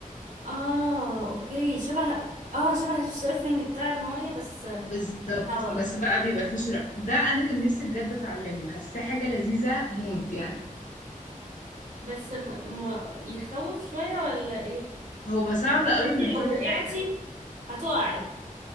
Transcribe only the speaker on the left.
بالظبط
بس بقى بيبقى فيه شراع ده انا كان نفسي بجد اتعلمه حاساه حاجة لذيذة موت يعني
هو صعب قوي
من كل
حاجة